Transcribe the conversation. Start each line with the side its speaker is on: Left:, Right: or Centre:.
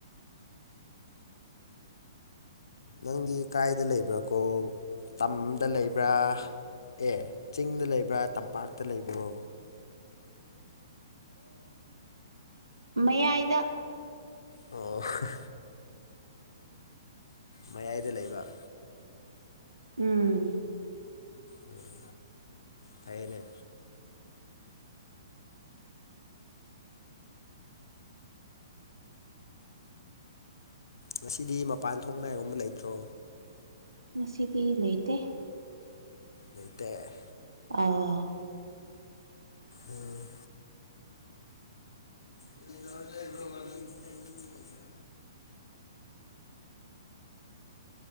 Left: ꯅꯪꯗꯤ ꯀꯥꯏꯗ ꯂꯩꯕ꯭ꯔꯥꯀꯣ ꯇꯝꯗ ꯂꯩꯕ꯭ꯔꯥ ꯑꯦ ꯆꯤꯡꯗ ꯂꯩꯕ꯭ꯔꯥ ꯇꯝꯄꯥꯛꯇ ꯂꯩꯕ꯭ꯔꯣ
Right: ꯃꯥꯌꯥꯏꯗ
Left: ꯑꯣ ꯍꯍ ꯃꯌꯥꯏꯗ ꯂꯩꯕ
Right: ꯎꯝ
Left: ꯎꯝ ꯐꯩꯌꯦꯅꯦ ꯉꯁꯤꯗꯤ ꯃꯄꯥꯟ ꯊꯣꯛ ꯅꯥꯏꯒꯨꯝꯕ ꯂꯩꯇ꯭ꯔꯣ
Right: ꯉꯁꯤꯗꯤ ꯂꯩꯇꯦ
Left: ꯂꯩꯇꯦ
Right: ꯑꯧ
Left: ꯎꯝ <unintelligible>